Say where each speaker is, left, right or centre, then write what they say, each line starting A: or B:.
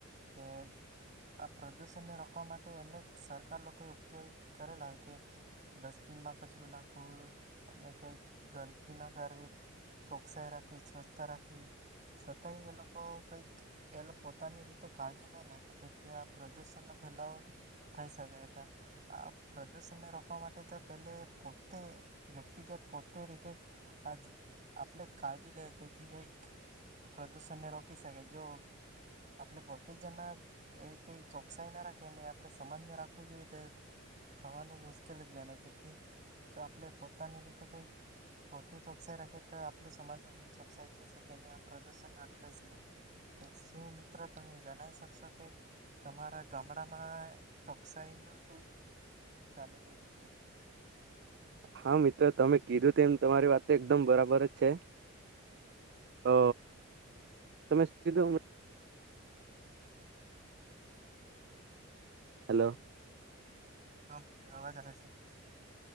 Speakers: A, on the right (about 35°); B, on the right (about 55°).
A: ને આ પ્રદૂષણને રોકવા માટે અનેક સરકાર લોકોએ ઉપયોગ કરેલા હોય કે ડસ્ટબિનમાં કચરું નાખવ અને કંઈક ગંદકી ના કરવી ચોકસાઈ રાખવી સ્વચ્છતા રાખવી છતાંય એ લોકો કંઈક એ પોતાની રીતે કાળજી ન લેતા તેથી આ પ્રદૂષણનો ફેલાવો થઈ શકાય હતા આ પ્રદૂષણને રોકવા માટે તો પહેલે પોતે વ્યક્તિગત પોતે રીતે આ આપણે કાળજી લે તેથી કંઈક પ્રદૂષણને રોકી શકાય જો આપણે પોતે જના એવી કંઈ ચોકસાઈ ના રાખીને આપણે સમાજને રાખવું જોઈએ તે થવાનું મુશ્કેલ જ ગણાય તેથી જો આપણે પોતાની રીતે કઈક પોતે ચોકસાઈ રાખે તો આપું સમાજ ન ચોકસાઈ થઈ શકે અને આ પ્રદુષણ અટકઈ શકે શું મિત્રો તમે જણાવ શકશો કે તમારા ગામડામાં ચો કશહી ન કઇક ચાલી રહ્યું છે.
B: હા મિત્રો તમે કીધું તેમ તમારી વાત એકદમ બરાબર જ છે તો તમે શું કીધું. હલો.
A: હા મિત્ર અવાજ આવે છે.